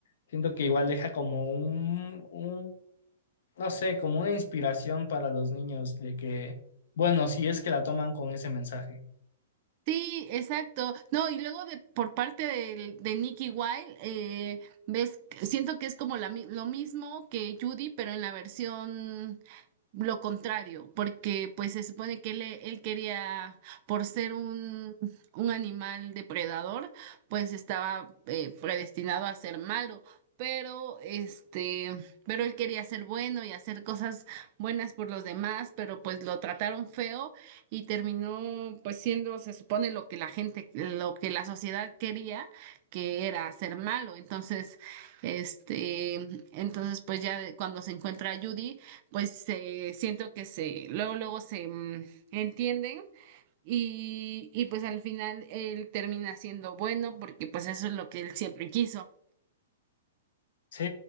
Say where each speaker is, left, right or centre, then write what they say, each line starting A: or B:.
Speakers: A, on the left (about 60°); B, on the right (about 30°).
A: siento que igual deja como un, un, no sé, como una inspiración para los niños de que, bueno, si es que la toman con ese mensaje.
B: Sí, exacto. No, y luego de por parte del- de, Nicky Wilde, eh, ves, siento que es como la mi- lo mismo que Judy, pero en la versión lo contrario, porque pues se supone que él, él quería, por ser un, un animal depredador, pues estaba eh, predestinado a ser malo. Pero este, pero él quería ser bueno y hacer cosas buenas por los demás, pero pues lo trataron feo y terminó pues siendo, se supone, lo que la gente, lo que la sociedad quería, que era ser malo. Entonces, este, entonces pues ya de- cuando se encuentra a Judy, pues se siento que se, luego, luego se mm, entienden. Y, y pues al final él termina siendo bueno porque pues eso es lo que él siempre quiso.
A: Sí,